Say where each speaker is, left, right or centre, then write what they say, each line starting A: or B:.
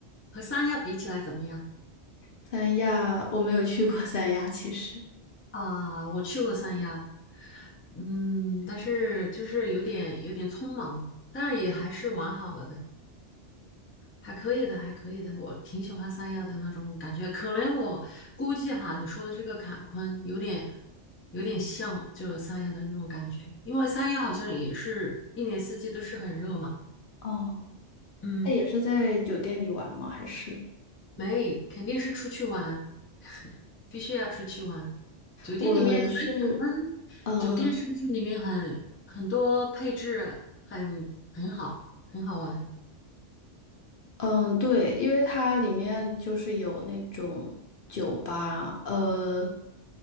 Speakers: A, on the left; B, on the left.
A: 和三亚比起来怎么样？
B: 三亚我没有去过三亚，其实。
A: 啊，我去过三亚，嗯，但是就是有点有点匆忙，但是也还是玩好了的，还可以的，还可以的，我挺喜欢三亚的那种感觉。可能我估计哈，你说的这个坎昆有点有点像就是三亚的这种感觉，因为三亚好像也是一年四季都是很热嘛。
B: 哦，
A: 嗯，
B: 那也是在酒店里玩吗？还是
A: 没，肯定是出去玩。必须要出去玩。酒店里面可能感恩，
B: 我是嗯
A: 酒店是不是里面很很多配置很很好，很好玩？
B: 嗯，对，因为它里面就是有那种酒吧，呃。